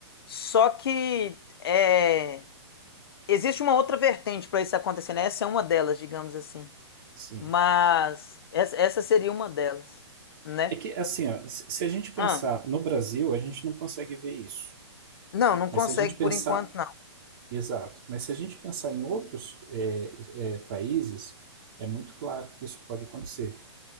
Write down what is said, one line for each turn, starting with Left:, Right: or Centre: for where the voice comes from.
Left: só que é Existe uma outra vertente para isso acontecer, né? Essa é uma delas, digamos assim.
Right: sim.
Left: Mas essa essa seria uma delas, né?
Right: É que assim, ó, se se a gente pensar
Left: Ah,
Right: no Brasil, a gente não consegue ver isso.
Left: não, não
Right: Mas
Left: consegue
Right: se a gente pensar,
Left: por enquanto, não.
Right: exato, mas se a gente pensar em outros é, é, países, é muito claro que isso pode acontecer.